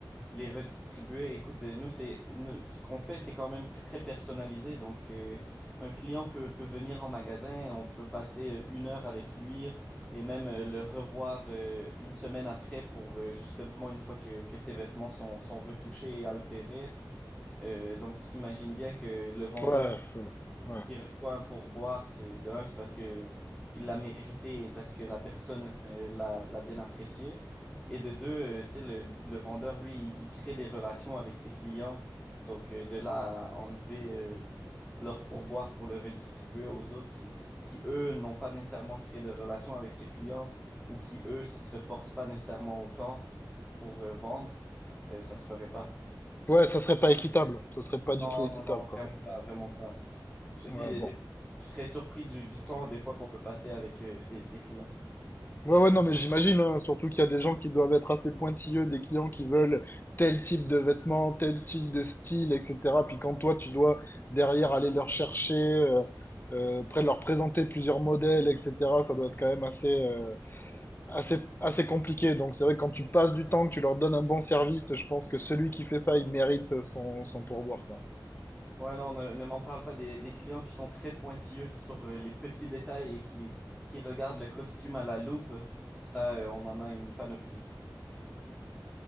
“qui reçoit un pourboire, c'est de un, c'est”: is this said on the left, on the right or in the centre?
Centre